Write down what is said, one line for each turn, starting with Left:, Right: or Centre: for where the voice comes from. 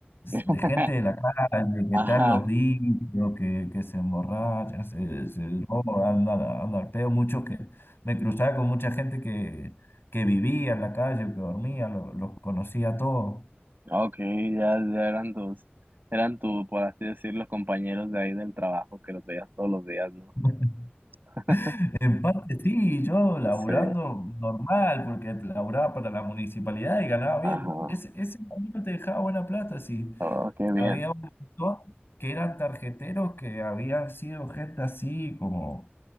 Right: <laughs>
Left: De gente de la calle que
Right: Ajá,
Left: están los vicios, que, que se emborrachan, se, se drogan, andan anda al peo Muchos que me cruzaba con mucha gente que, que vivía en la calle, que dormía, lo- los conocía a todos.
Right: ok, ya, ya eran tus, eran tu, por así decirlo, los compañeros de ahí del trabajo que los veías todos los días, ¿no?
Left: <laughs>
Right: <laughs>
Left: En parte sí, yo laburando
Right: Sí,
Left: normal, porque laburaba para la municipalidad y ganaba
Right: ajá,
Left: bien. Ese, ese camino te dejaba buena plata, sí.
Right: oh, qué bien,
Left: Había un montón que eran tarjeteros que habían sido gente así como